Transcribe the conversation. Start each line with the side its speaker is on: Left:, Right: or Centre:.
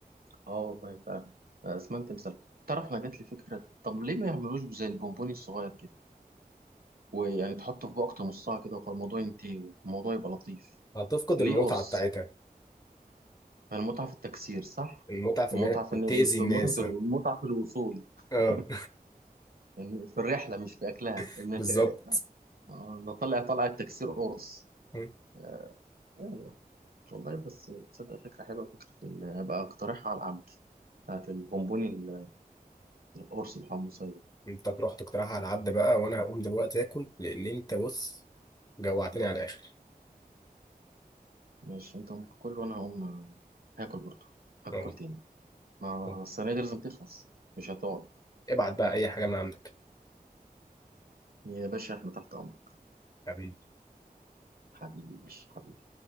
Right: اه والله فعلا اسمنت تمثال تعرف انا جات لي فكره طب ليه ما يعملوش زي البونبوني الصغير كده ويعني تحطه في بوقت نصها كده والموضوع ينتهي والموضوع يبقى لطيف
Left: هتفقد
Right: ليه
Left: المتعة
Right: قرص
Left: بتاعتها
Right: يعني المتعه في التكسير صح
Left: المتعة في
Right: المتعه
Left: ان هي
Right: في إن-
Left: تأذي
Right: في
Left: الناس
Right: المتعه في
Left: اه
Right: المتعه في الوصول <laughs>
Left: آه،
Right: يعني في الرحله مش في اكلها
Left: <laughs>
Right: انك
Left: بالظبط
Right: آه، نطلع طلع التكسير قرص
Left: م.
Right: آه، أيوة. والله بس تصدق فكره حلوه فكره ال- هبقى اقترحها على العبد بتاعت البونبوني ال- القرص الحمصيه
Left: انت تروح تقترحها على العبد بقى وانا هقوم دلوقتي اكل لان انت بص جوعتني على الاخر
Right: ماشي انت قوم كل وانا هقوم هاكل برضه هاكل
Left: آه.
Right: تاني ما
Left: آه.
Right: الصينية دي لازم تخلص مش هتقعد
Left: ابعت بقى اي حاجة من عندك
Right: يا باشا احنا تحت امرك
Left: حبيبي
Right: حبيبي يا باشا حبيبي